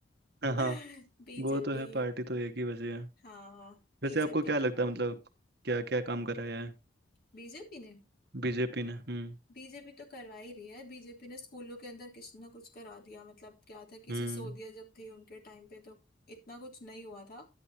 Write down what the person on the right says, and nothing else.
हाँ
वो तो है पार्टी तो एक ही बची है
वैसे आपको क्या
लगता है मतलब क्या क्या काम कराया है
बीजेपी ने हम्म
हम्म